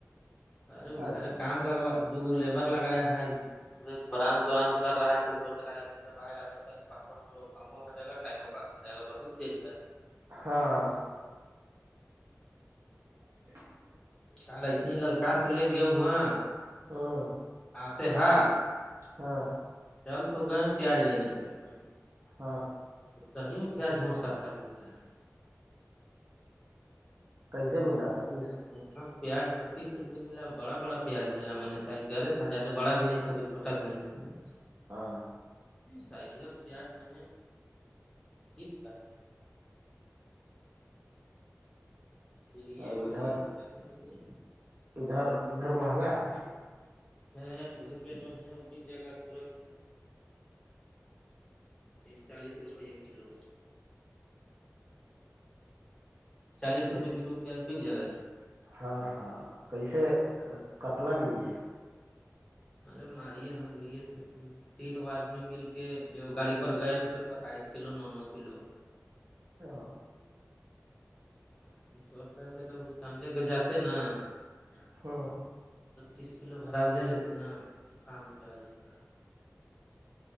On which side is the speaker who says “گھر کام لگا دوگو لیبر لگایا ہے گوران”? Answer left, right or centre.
Left